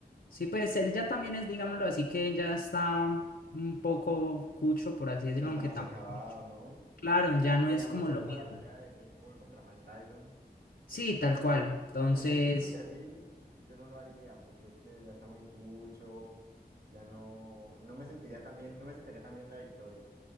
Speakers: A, on the left; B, on the right.
A: Sí, pues él ya también es, digámoslo así, que ya está un poco cucho, por así decirlo,
B: Ya está
A: aunque
B: más
A: tampoco
B: acabado,
A: mucho.
B: ¿no?
A: Claro, ya no
B: Sería
A: es
B: mucho
A: como lo
B: como
A: mismo.
B: la pelea de Jake Paul contra Mike Tyson.
A: Sí, tal cual. Entonces,
B: Sino que es que siento que así yo no lo haría, porque es que ya está muy cucho, ya no, no me sentiría tan bien, no me sentaría tan bien la victoria,